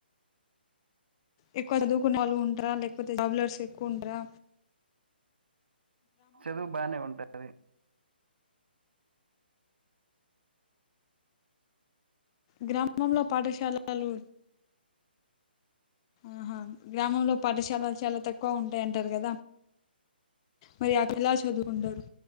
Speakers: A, on the left; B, on the right.
A: ఎక్కువ చదువుకునే వాళ్ళు ఉంటారా లేకపోతే జబ్లర్స్ ఎక్కువ ఉంటరా
B: చదువు బానే ఉంటది
A: గ్రామంలో పాఠశాలలు ఆహా గ్రామంలో పాఠశాలలు చాలా తక్కువ ఉంటాయంటారు కదా మరి అక్క ఎలా చదువుకుండరు